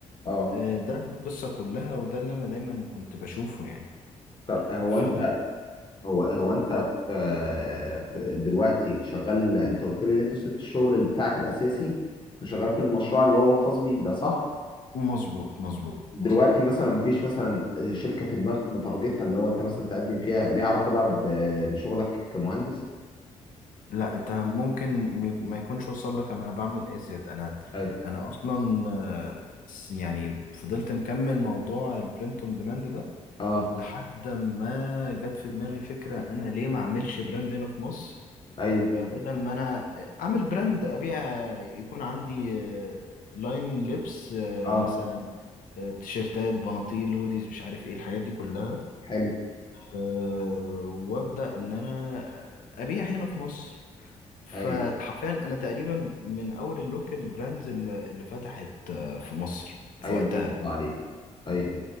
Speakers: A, on the left (about 30°); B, on the left (about 60°).
A: اه
B: آه، ده القصة كلها وده اللي انا دايما كنت بشوفه يعني
A: طب هو
B: ف
A: انت هو هو انت في في دلوقتي شغال انت قلت لي ان انت سبت الشغل بتاعك الاساسي وشغال في المشروع اللي هو الخاص بيك ده صح؟
B: مظبوط مظبوط
A: دلوقتي مثلا مفيش مثلا شركة في دماغك متارجتها اللي هو انت مثلا تقدم فيها ليها علاقة بقى ب- بشغلك كمهندس
B: لا انت ممكن م- ما يكونش وصل لك انا بعمل ايه زياد انا
A: ايوه
B: انا اصلا آه، س- يعني فضلت مكمل موضوع البرنت اون ديماند ده
A: اه
B: لحد ما جت في دماغي فكرة انا ليه ما اعملش براند هنا في مصر
A: ايوه
B: آه، بدل ما انا اعمل براند ابيع آه، يكون عندي آه، لاين لبس آه،
A: اه
B: مثلا آه، تيشيرتات بناطيل هوديز مش عارف ايه الحاجات دي كلها
A: حلو
B: آه، وابدا ان انا ابيع هنا في مصر فحرفيا
A: ايوه
B: انا تقريبا من اول اللوكال براندز اللي اللي فتحت آه، في مصر في
A: ايوه
B: وقتها
A: ما شاء الله عليك ايوه